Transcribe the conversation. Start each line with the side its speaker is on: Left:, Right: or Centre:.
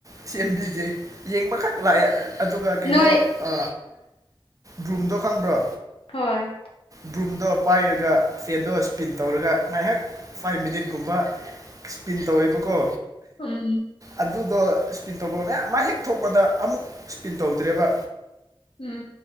Right: ꯁꯦꯝꯕꯤꯗꯦ ꯌꯦꯡꯕꯈꯛ ꯂꯥꯛꯑꯦ ꯑꯗꯨꯒ ꯀꯩꯅꯣ
Left: ꯅꯣꯏ
Right: ꯑ ꯔ꯭ꯔꯨꯝꯗꯣ ꯈꯪꯕ꯭ꯔꯣ
Left: ꯍꯣꯏ
Right: ꯕ꯭ꯔꯨꯝꯗꯣ ꯄꯥꯏꯔꯒ ꯐꯦꯟꯗꯣ ꯁ꯭ꯄꯤꯟ ꯇꯧꯔꯒ ꯉꯥꯏꯍꯥꯛ ꯐꯥꯏꯚ ꯃꯤꯅꯤꯠꯀꯨꯝꯕ ꯏꯁꯄꯤꯟ ꯇꯧꯋꯦꯕꯀꯣ
Left: ꯎꯝ
Right: ꯑꯗꯨꯗ ꯏꯁꯄꯤꯟ ꯇꯧꯕ ꯃꯌꯥꯝ ꯃꯍꯦꯛ ꯊꯣꯛꯄꯗ ꯑꯃꯨꯛ ꯏꯁꯄꯤꯟ ꯇꯧꯗ꯭ꯔꯦꯕ
Left: ꯎꯝ